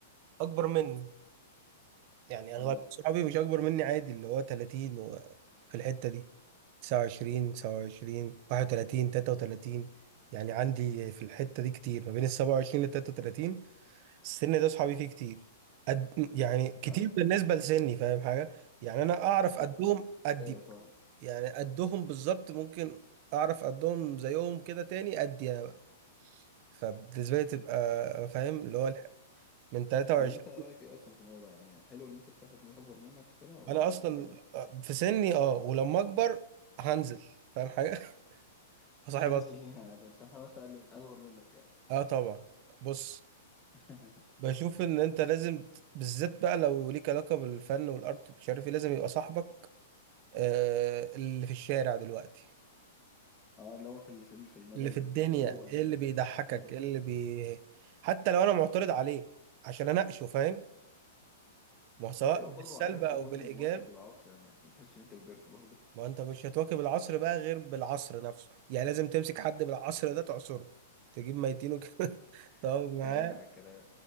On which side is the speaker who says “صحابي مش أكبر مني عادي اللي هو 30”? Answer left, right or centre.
Right